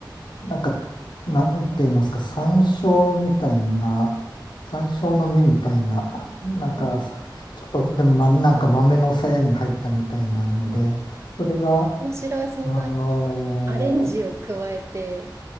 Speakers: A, on the left; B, on the right.
A: なんか、なんて言いますか、山椒みたいな、山椒の実みたいな、なんか、
B: あ、
A: ちょっと、でも、まなんか豆のさやに入ったみたいなので、それが、
B: 面白い。そんな
A: あの
B: アレンジを加えて